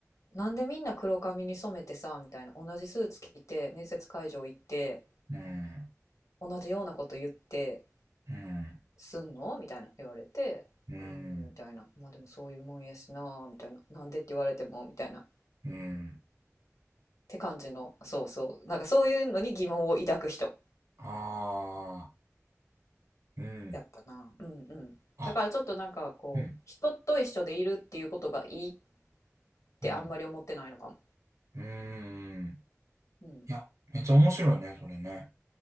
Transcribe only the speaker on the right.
うん。
うん。
うん。
うん。
ああ。うん。
あ、
うん。
うんうーん。
いや、めっちゃ面白いね、それね。